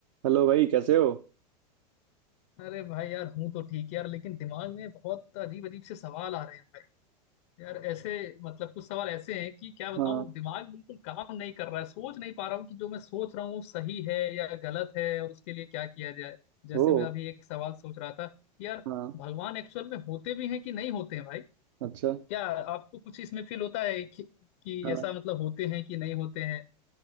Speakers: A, on the right (about 45°); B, on the left (about 40°).
A: Hello भाई कैसे हो
B: अरे भाई यार हूँ तो ठीक यार लेकिन दिमाग में बहुत अजीब अजीब से सवाल आ रहे हैं भाई यार ऐसे मतलब कुछ सवाल ऐसे हैं कि क्या बताऊँ
A: हाँ
B: दिमाग बिल्कुल काम नहीं कर रहा है सोच नहीं पा रहा हूँ कि जो मैं सोच रहा हूँ वो सही है या गलत है और उसके लिए क्या किया जाए जैसे
A: ओ
B: मैं अभी एक सवाल सोच रहा था कि यार
A: हाँ
B: भगवान एक्चुअल में होते भी हैं कि नहीं होते हैं भाई
A: अच्छा
B: क्या आपको कुछ इसमें फील होता है कि, कि
A: हाँ
B: ऐसा मतलब होते हैं कि नहीं होते हैं